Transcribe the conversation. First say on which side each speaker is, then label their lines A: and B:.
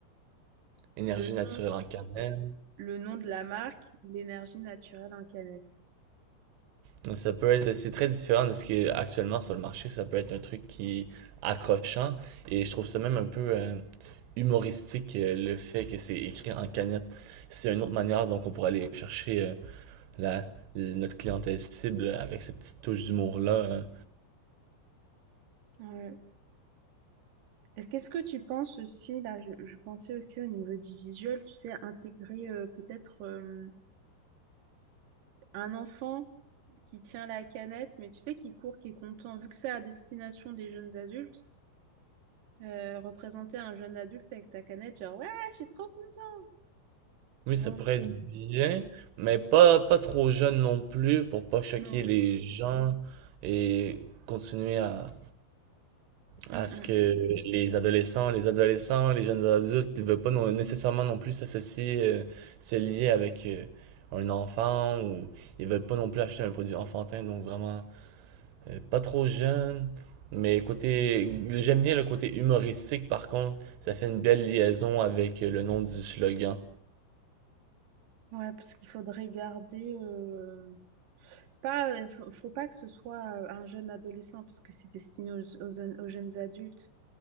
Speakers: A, on the right (about 90°); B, on the right (about 60°).
A: Énergie
B: Le
A: naturelle
B: nom,
A: en canette.
B: le nom de la marque, l'énergie naturelle en canette.
A: Donc, Ça peut être, c'est très différent de ce qui est actuellement sur le marché. Ça peut être un truc qui est accrochant et je trouve ça même un peu euh, humoristique euh, le fait que c'est écrit en cagnotte. C'est une autre manière donc on pourrait aller chercher euh, la, notre clientèle cible avec cette petite touche d'humour-là. euh.
B: Ouais. Et Qu'est-ce que tu penses aussi, là, je, je pensais aussi au niveau du visuel, tu sais, intégrer euh, peut-être euh, Un enfant qui tient la canette, mais tu sais, qui court, qui est content, vu que c'est à destination des jeunes adultes, euh, représenter un jeune adulte avec sa canette, genre, ouais, je suis trop content. Tu
A: Oui,
B: vois
A: ça
B: un
A: pourrait
B: peu?
A: être bien, mais pas, pas trop jeune non plus pour pas choquer
B: Non.
A: les gens et continuer à
B: Mm,
A: à ce
B: mm.
A: que les adolescents, les adolescents, les jeunes adultes ne veulent pas non- nécessairement non plus s'associer, euh, se lier avec euh, un enfant ou ils veulent pas non plus acheter un produit enfantin, donc vraiment euh, pas trop jeune. Mais côté, j'aime bien le côté humoristique par contre, ça fait une belle liaison avec euh, le nom du slogan.
B: Ouais, parce qu'il faudrait garder. euh, Pas, euh, faut, faut pas que ce soit euh, un jeune adolescent, parce que c'est destiné aux, aux- jeunes aux jeunes adultes.